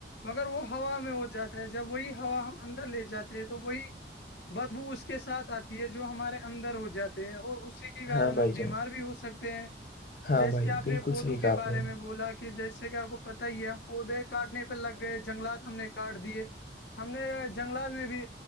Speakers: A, on the left; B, on the left.
A: مگر وہ ہوا میں ہو جاتا ہے جب وہی ہوا ہم اندر لے جاتے ہیں تو وہی بدبو اس کے ساتھ آتی ہے جو ہمارے اندر ہو جاتے ہے اور اسی کارن
B: ہاں بھائی
A: ہم
B: جان
A: بیمار بھی ہو سکتے ہیں
B: ہاں
A: جیسے
B: بھائی
A: کہ آپ
B: بالکل
A: نے کوودو
B: صحیح
A: کے
B: کہا آپ
A: بارے
B: نے
A: میں بولا کہ کہ جیسے کہ آپ کو پت ہی ہے ہم پودے کاٹنے پہ لگ گئے جنگلات ہم نے کاٹ دیے <unintelligible> ہم نے جنگلات میں بھی